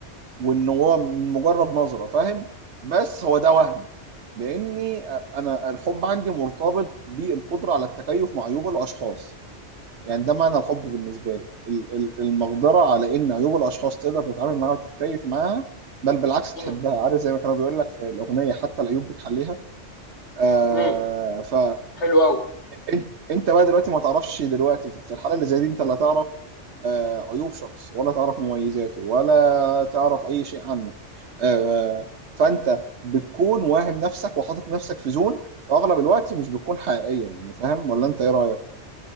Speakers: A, on the right; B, on the left.
A: وان هو من مجرد نظره فاهم بس هو ده وهم لاني انا الحب عندي مرتبط بالقدره على التكيف مع عيوب الاشخاص يعني ده معنى الحب بالنسبه لي ال- ال- المقدره على ان عيوب الاشخاص تقدر تتعامل معاها وتتكيف معاها بل بالعكس
B: امم
A: تحبها عارف زي ما كانوا بيقول لك في الاغنيه حتى العيوب بتحليها آه
B: امم
A: ف
B: حلو قوي
A: انت انت بقى دلوقتي ما تعرفش دلوقتي في الحاله اللي زي دي انت لا تعرف آه، عيوب شخص ولا تعرف مميزاته ولا تعرف اي شيء عنه آه، فانت بتكون واهم نفسك وحاطط نفسك في زون اغلب الوقت مش بتكون حقيقيه يعني فاهم ولا انت ايه رايك؟